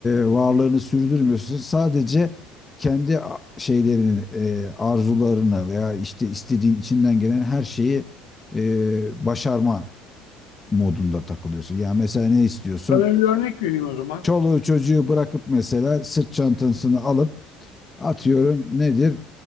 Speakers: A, on the left; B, on the left.
A: varlığını sürdürmüyorsun. Sadece kendi a- şeylerini, e, arzularını veya işte istediğin içinden gelen her şeyi e, başarma modunda takılıyorsun. ya mesela ne istiyorsun?
B: Sana bir örnek vereyim o zaman.
A: çoluğu çocuğu bırakıp mesela sırt çantasını alıp atıyorum nedir